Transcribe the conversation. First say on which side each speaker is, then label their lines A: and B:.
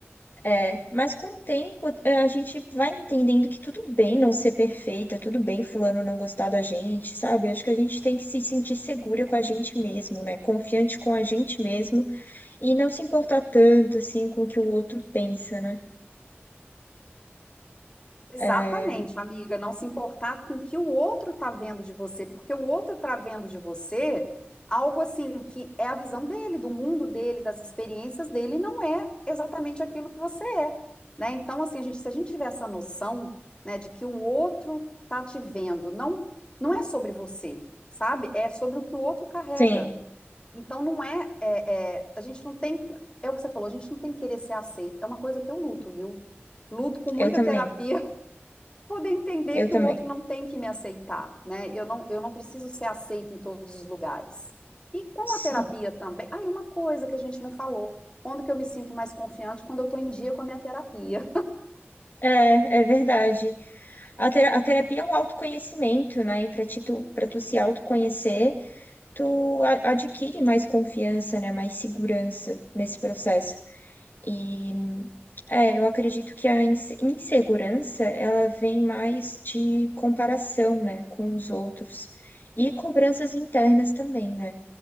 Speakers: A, on the left (about 50°); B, on the left (about 20°).
A: É, mas com o tempo é, a gente vai entendendo que tudo bem não ser perfeita, tudo bem fulano não gostar da gente, sabe? Acho que a gente tem que se sentir segura com a gente mesmo, né? Confiante com a gente mesmo e não se importar tanto assim com o que o outro pensa, né?
B: Exatamente,
A: É,
B: amiga, não se importar com o que o outro tá vendo de você, porque o outro tá vendo de você algo assim que é a visão dele, do mundo dele, das experiências dele, e não é exatamente aquilo que você é, né? Então, assim, a gente, se a gente tiver essa noção, né, de que o outro tá te vendo, não, não é sobre você, sabe? É sobre o que o outro carrega.
A: sim,
B: Então, não é, é, é- a gente não tem, é o que você falou, a gente não tem que querer ser aceito. É uma coisa que eu luto, viu? Luto com muita
A: eu também,
B: terapia poder entender
A: eu
B: que
A: também,
B: o outro não tem que me aceitar, né? Eu não, eu não preciso ser aceita em todos os lugares. E com
A: sim.
B: a terapia também. Ah, e uma coisa que a gente não falou. Quando que eu me sinto mais confiante? Quando eu estou em dia com a minha terapia.
A: É, é verdade. A, tera- a terapia é um autoconhecimento, né? E para ti, tu, para tu se autoconhecer tu a- adquire mais confiança, né? Mais segurança nesse processo. E é, eu acredito que a inse- insegurança, ela vem mais de comparação, né, com os outros e cobranças internas também, né?